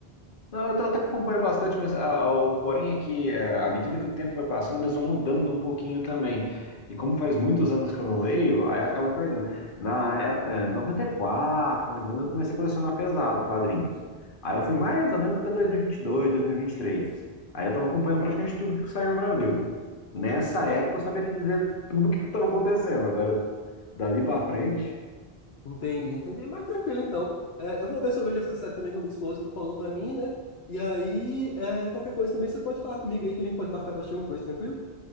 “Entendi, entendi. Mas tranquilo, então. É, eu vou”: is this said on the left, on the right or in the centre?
Left